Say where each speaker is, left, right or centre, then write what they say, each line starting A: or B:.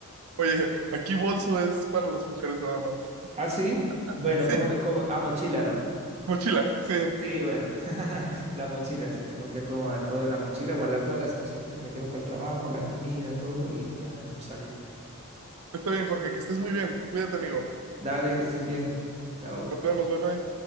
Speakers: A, on the right; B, on the right.
A: Oye, aquí bolso es para las mujeres nada más. <laughs>
B: Ah, sí, bueno,
A: Sí,
B: como, le- como a mochila, ¿no?
A: mochila, sí.
B: Sí, bueno, <laughs> la mochila, sí, tengo que acomodar todo en la mochila, guardar todas las cositas que me llevo para el trabajo, la comida, todo y ya salir.
A: Está bien, Jorge, que estés muy bien. Cuídate, amigo.
B: Dale, que estés bien. Chao.
A: Nos vemos, bye bye.